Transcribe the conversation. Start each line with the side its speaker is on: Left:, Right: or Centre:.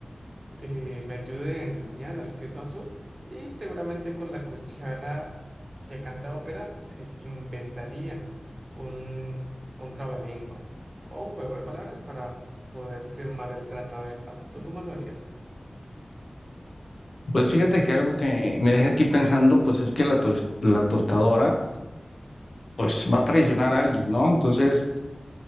Right: eh, me ayude a engañar al queso azul y seguramente con la cuchara que canta ópera eh, inventaría un, un trabalenguas o un juego de palabras para poder firmar el tratado de paz. ¿Tú cómo lo harías?
Left: Pues fíjate que algo que me deja aquí pensando, pues es que la, tos- la tostadora, pues va a traicionar a alguien, ¿no? Entonces,